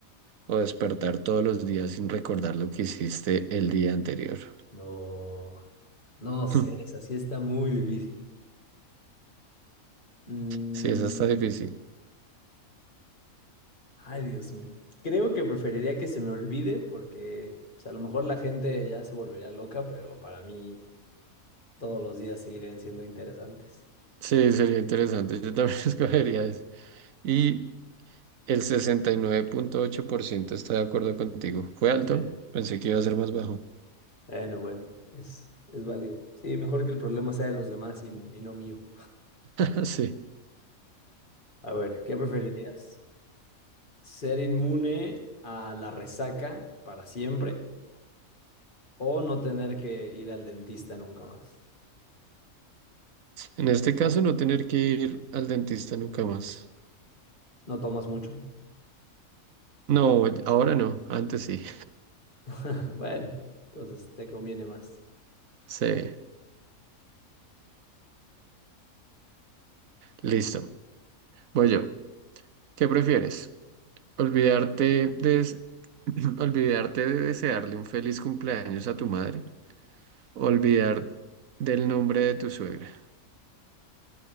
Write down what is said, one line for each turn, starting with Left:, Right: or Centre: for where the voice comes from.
Right: o despertar todos los días sin recordar lo que hiciste el día anterior? <laughs>
Left: No, no sé,
Right: Hmm,
Left: esa sí está muy difícil. Mm,
Right: Sí, esa está difícil.
Left: ay, Dios mío. Creo que preferiría que se me olvide porque pues, a lo mejor la gente ya se volvería loca, pero para mí todos los días seguirían siendo interesantes.
Right: Sí, sería interesante. Yo también <laughs> escogería eso. Y el sesenta y nueve punto ocho por ciento está de acuerdo contigo. Fue alto,
Left: Bueno,
Right: pensé que iba a ser más bajo.
Left: bueno, bueno, es, es válido. Sí, mejor que el problema sea de los demás y, y no mío.
Right: <laughs> Sí.
Left: A ver, ¿qué preferirías? ser inmune a la resaca para siempre o no tener que ir al dentista nunca más.
Right: En este caso, no tener que ir al dentista nunca más.
Left: No tomas mucho.
Right: No, ahora no, antes sí.
Left: <laughs> Bueno, entonces te conviene más.
Right: <laughs> Sí, listo. Voy yo. ¿Qué prefieres? ¿Olvidarte de, des- <clears throat> olvidarte de desearle un feliz cumpleaños a tu madre? ¿Olvidar del nombre de tu suegra?